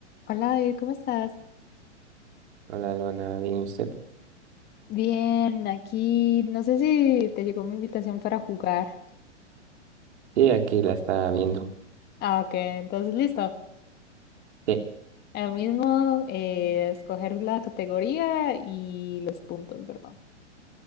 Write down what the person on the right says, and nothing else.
Hola, Luana, ¿bien y usted?
Sí, aquí la está viendo.
Sí.